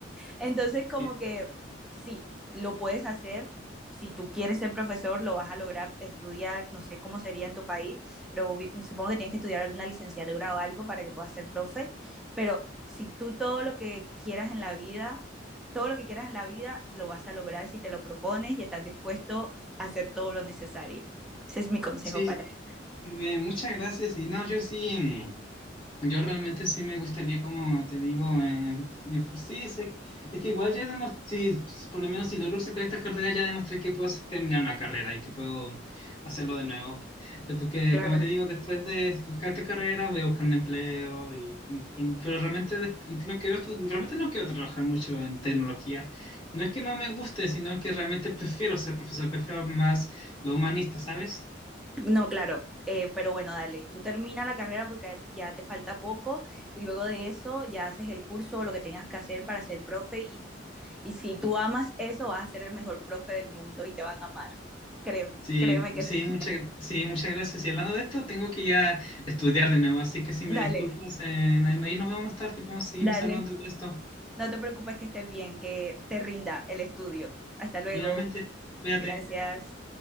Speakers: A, in the centre; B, on the left (about 25°).
A: Entonces, como
B: Eh,
A: que sí, lo puedes hacer. Si tú quieres ser profesor, lo vas a lograr estudiar, no sé cómo sería en tu país, pero supongo que tienes que estudiar alguna licenciatura o algo para que puedas ser profe. Pero si tú todo lo que quieras en la vida, todo lo que quieras en la vida, lo vas a lograr si te lo propones y estás dispuesto a hacer todo lo necesario. Ese es mi consejo
B: Sí,
A: para ti.
B: eh, muchas gracias y no, yo sí. Yo realmente sí me gustaría, como te digo, eh, eh, pues sí, sé- es que igual ya demostré, si, si por lo menos si logro sacar esta carrera, ya demostré que puedo hacer- terminar una carrera y que puedo hacerlo de nuevo. De- Porque,
A: Claro.
B: como te digo, después de buscar esta carrera voy a buscar un empleo, y, mm, pues, pero realmente des- no quiero, estu- realmente no quiero trabajar mucho en tecnología. No es que no me guste, sino que realmente prefiero ser profesor, prefiero más lo humanista, ¿sabes?
A: No, claro. eh, pero bueno, dale, tú termina la carrera porque ya te falta poco y luego de eso ya haces el curso o lo que tengas que hacer para ser profe y, y si tú amas eso vas a ser el mejor profe del mundo y te van a amar. Créeme,
B: Sí,
A: créeme que
B: sí,
A: sí.
B: muchas, gra- sí, muchas gracias. Y hablando de esto, tengo que ya estudiar de nuevo, así que si me
A: Dale,
B: disculpas, en- ahí nos vemos más tarde y podemos, seguimos
A: dale.
B: hablando de esto.
A: No te preocupes que estés bien, que te rinda el estudio. Hasta luego.
B: Igualmente, cuídate.
A: Gracias.